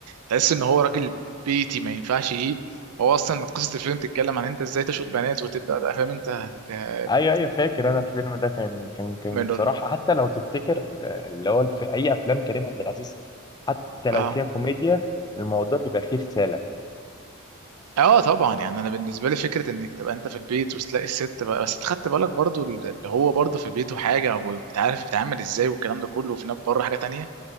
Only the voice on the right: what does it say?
تحس ان هو راجل بيتي ما ينفعش ايه هو اصلا قصه الفيلم بتتكلم عن انت ازاي تشوط بنات وتبدا بقى فاهم انت ت- ت-
منهم
اه
اه طبعا يعني انا بالنسبه لي فكره انك تبقى انت في البيت وتلاقي الست بقى بس خدت بالك برضو اللي هو برضو في البيت وحاجه وبتعرف بتتعامل ازاي والكلام ده كله وفي نفس بره حاجه تانية